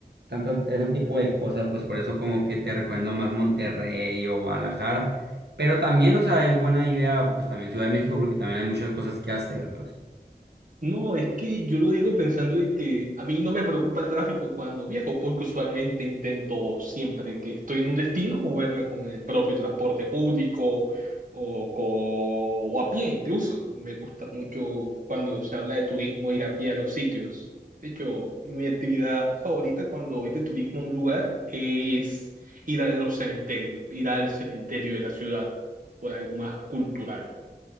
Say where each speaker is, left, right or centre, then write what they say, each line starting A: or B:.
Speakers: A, on the right; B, on the right.
A: tantas, ese tipo de cosas, pues por eso como que te recomiendo más Monterrey o Guadalajara. Pero también, o sea, es buena idea, pues también Ciudad de México, porque también hay muchas cosas que hacer, pues.
B: No, es que yo lo digo pensando en que a mí no me preocupa el tráfico cuando viajo, porque usualmente intento siempre que estoy en un destino moverme con el propio transporte público o, co- o a pie incluso. Me gusta mucho cuando se habla de turismo ir a pie a los sitios. De hecho, mi actividad favorita cuando voy de turismo a un lugar es ir a los cementerios, ir al cementerio de la ciudad por algo más cultural.